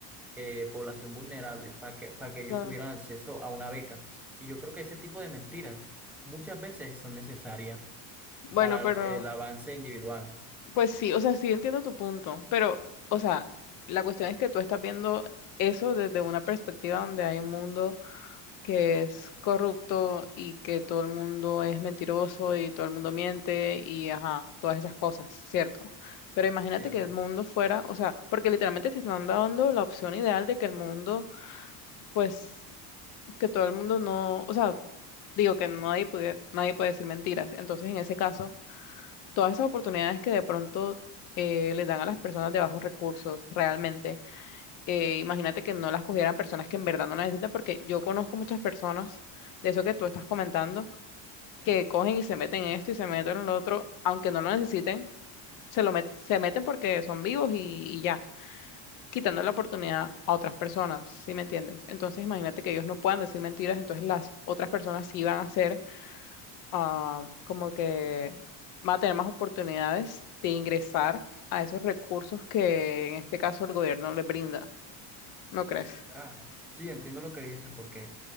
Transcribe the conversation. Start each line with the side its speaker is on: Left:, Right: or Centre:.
Centre: eh, población vulnerable, para que, para que ellos
Left: Claro.
Centre: tuvieran acceso a una beca. Y yo creo que ese tipo de mentiras muchas veces son necesarias
Left: Bueno,
Centre: para
Left: pero,
Centre: el, el avance individual,
Left: pues sí, o sea, sí entiendo tu punto, pero, o sea, la cuestión es que tú estás viendo eso desde una perspectiva donde hay un mundo que es corrupto y que todo el mundo es mentiroso y todo el mundo miente y ajá, todas esas cosas, ¿cierto? Pero imagínate
Centre: ¿cierto?
Left: que el mundo fuera, o sea, porque literalmente te están dando la opción ideal de que el mundo, pues, que todo el mundo no, o sea, digo que nadie puede, nadie puede decir mentiras. Entonces, en ese caso, todas esas oportunidades que de pronto eh, le dan a las personas de bajos recursos realmente eh, imagínate que no las cogieran personas que en verdad no las necesitan, porque yo conozco muchas personas de eso que tú estás comentando, que cogen y se meten en esto y se meten en lo otro, aunque no lo necesiten, se lo met- se meten porque son vivos y, y ya, quitando la oportunidad a otras personas, ¿sí me entiendes? Entonces imagínate que ellos no puedan decir mentiras, entonces las otras personas sí van a ser ah, como que van a tener más oportunidades de ingresar a esos recursos que en este caso el gobierno les brinda, ¿no crees?
Centre: Ah, sí, entiendo lo que dice, porque